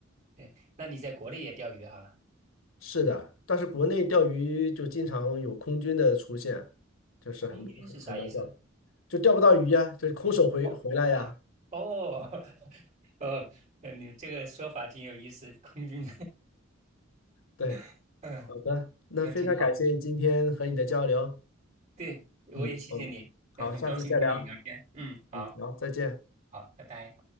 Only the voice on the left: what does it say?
是的，但是国内钓鱼就经常有空军的出现，就是很很很难钓，
就钓不到鱼呀，就是空手回回来呀。
对，
好的，那非常感谢今天和你的交流，
嗯嗯，好，
下次再聊，
嗯，好，再见。